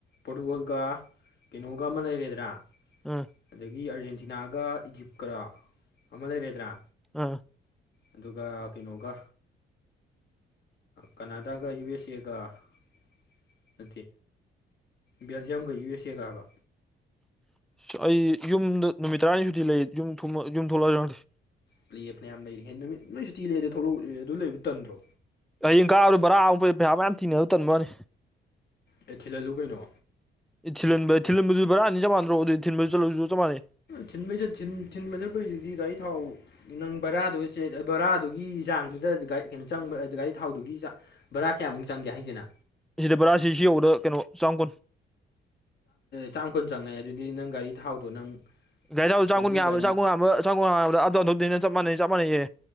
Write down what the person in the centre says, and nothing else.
ꯎꯝ
ꯑꯥ
ꯑꯁ ꯑꯩ ꯌꯨꯝꯗ ꯅꯨꯃꯤꯠ ꯇꯔꯥꯅꯤ ꯁꯨꯗꯤꯤ ꯂꯩ ꯌꯨꯝ ꯌꯨꯝ ꯊꯣꯛꯂꯛꯑꯗꯤꯦ
ꯍꯤꯡ ꯀꯥꯅꯤ ꯕꯔꯥ ꯑꯃꯨꯛꯩ ꯄꯩꯁꯥ ꯃꯌꯥꯝ ꯊꯤꯅ ꯑꯗꯨ ꯇꯟꯕꯅꯤ
ꯊꯤꯜꯟ ꯊꯤꯗꯨꯕꯔꯥꯅꯤ ꯆꯃꯅꯣ ꯊ ꯆ ꯆꯃꯥꯟꯅꯦ
ꯁꯤꯗ ꯕꯔꯥꯁꯤ ꯁꯤ ꯌꯧꯕꯗ ꯀꯩꯅꯣ ꯆꯥꯝꯃ ꯀꯨꯟ
ꯩꯁ
ꯆꯒꯣꯕ
ꯆꯒꯣ ꯁꯒꯕ ꯑꯗꯨꯅ ꯆꯞꯥꯟꯅꯩ ꯆꯞ ꯃꯥꯟꯅꯩꯌꯦ